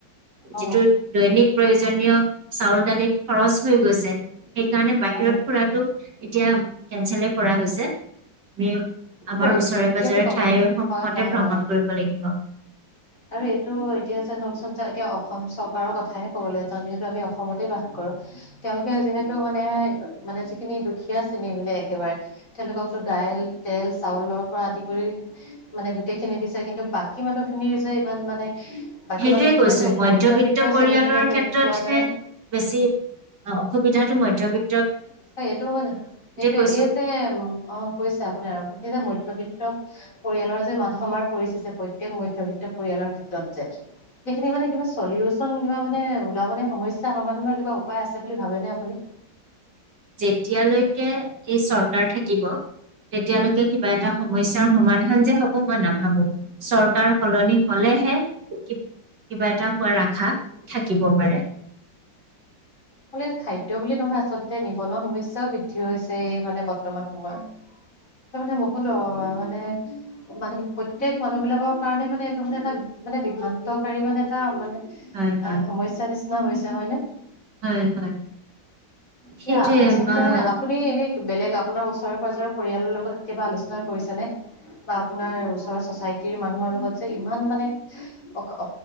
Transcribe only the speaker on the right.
যিটো দৈনিক প্ৰয়োজনীয় চাউল, দালি খৰচ হৈ গৈছে, সেইকাৰণে বাহিৰত
ফুৰা টো এতিয়া কেনচেল কৰা হৈছে <inaudible> আমি, আমাৰ
ওচৰে-পাজৰে
ঠাই সমূহতে
ভ্ৰমণ
কৰিব লাগিব।
সেইটোয়ে
কৈছো,
মধ্যবিত্ত পৰিয়ালৰ
ক্ষেত্ৰতহে
বেছি, অ, অসুবিধাটো মধ্যবিত্ত
কৈছো
যেতিয়ালৈকে এই চৰকাৰ থাকিব তেতিয়ালৈকে কিবা এটা সমস্যা সমাধান যে হ'ব মই নাভাবো। চৰকাৰ সলনি হ'লেহে, কিব কিবা এটা হোৱা আশা থাকিব পাৰে।
হয় হয়
হয় হয়,
সেইটোৱেই
আমাৰ